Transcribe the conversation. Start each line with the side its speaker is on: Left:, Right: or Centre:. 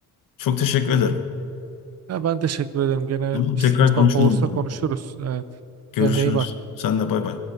Left: Çok teşekkür ederim.
Right: Ya ben teşekkür ederim. Gene
Left: Tamam,
Right: bir
Left: tekrar
Right: fırsat
Left: konuşalım
Right: olursa konuşuruz.
Left: bunu.
Right: Evet.
Left: Görüşürüz.
Right: Kendine iyi bak.
Left: Senle bay bay.